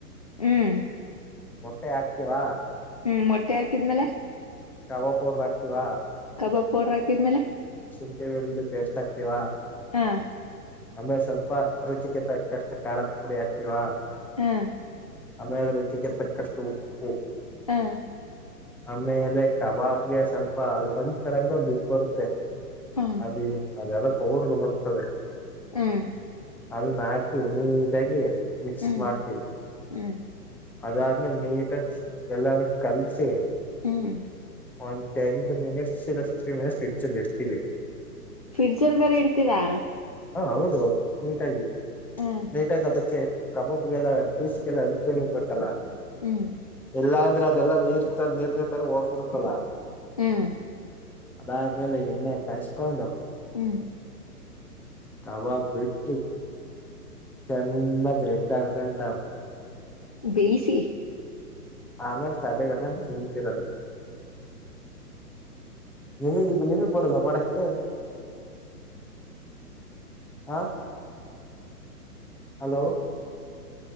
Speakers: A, on the left (about 25°); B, in the centre.
A: ಹ್ಮ್
B: ಮೊಟ್ಟೆ ಹಾಕ್ತಿವಾ
A: ಹ್ಮ್ ಮೊಟ್ಟೆ ಹಾಕಿದ್ಮೇಲೆ?
B: ಕಬಾಬ್ ಪೌಡ್ರ ಹಾಕ್ತೀವ
A: ಕಬಾಬ್ ಪೌಡರ್ ಹಾಕಿದ ಮೇಲೆ?
B: ಶುಂಠಿ ಬೆಳ್ಳುಳ್ಳಿ ಪೇಸ್ಟ್ ಹಾಕ್ತೀವ.
A: ಹಾ
B: ಆಮೇಲೆ ಸ್ವಲ್ಪ ರುಚಿಗೆ ತಕ್ಕಷ್ಟು ಖಾರದ ಪುಡಿ ಹಾಕ್ತಿವಾ
A: ಹಾ
B: ಆಮೇಲೆ ರುಚಿಗೆ ತಕ್ಕಷ್ಟು ಉಪ್ಪು
A: ಹಾ
B: ಆಮೇಲೆ ಕಬಾಬ್ಗೆ ಸ್ವಲ್ಪ, ಒಂದ್ ತರಂಗ, ಒಂದ ಇದ್ ಬರುತ್ತೆ
A: ಹ್ಮ್
B: ಅದ <unintelligible> ಪೌಡರು ಬರ್ತದೆ
A: ಹ್ಮ್
B: ಅದನ್ನ ಹಾಕಿ ನೀಟಾಗಿ ಮಿಕ್ಸ್
A: ಹ್ಮ್
B: ಮಾಡ್ತೀವಿ.
A: ಹ್ಮ್
B: ಅದಾದ ನೀಟಾಗಿ ಎಲ್ಲಾನ ಕಲ್ಸಿ
A: ಹ್ಮ್
B: ಒಂದು ಟೆನ್ ಮಿನಿಟ್ಸ್ ಇಲ್ಲ ಫಿಫ್ಟೀನ್ ಮಿನಿಟ್ಸ್ ಫ್ರಿಡ್ಜಲ್ಲಿ ಇಡ್ತೀವಿ ಇದೆ
A: ಫ್ರಿಡ್ಜಲ್ಲಿ ಬೇರೆ ಇಡ್ತೀರಾ?
B: ಹಾ ಹೌದು ನೀಟಾಗಿ
A: ಹ್ಮ್
B: ಲೇಟಾಗ ಅದಕ್ಕೆ ಕಬಾಬಗೆಲ್ಲ ಪೀಸ್ಗೆಲ್ಲ ಅಂಟ್ಕೊಂಡು ಇರ್ಬೇಕಲ್ಲ
A: ಹ್ಮ್
B: ಇಲ್ಲ ಅಂದ್ರ ಇದೆಲ್ಲಾ ನೀರ್ತ ನೀರ್ ತರ ಹೋಗ್ಬಿಡ್ತಲ್ಲ
A: ಹ್ಮ್
B: ಅದಾದ್ಮೇಲೆ ಎಣ್ಣೆ ಕಾಯಸ್ಕೊಂಡು
A: ಹ್ಮ್
B: ಕಬಾಬ್ ಬಿಟ್ಟು ಚೆನ್ನಾಗ ರೆಡ್ ಆಗಗಂಟ
A: ಬೇಯಿಸಿ
B: ಆಮೇಲೆ ತಟೆಗಕ್ಕಂಡು ತಿಂತಿರದು ನಿಮಗ, ನಿಮಗ್ ಬರಲ್ಲ ಮಾಡಕ್ಕೆ? ಹಾ hello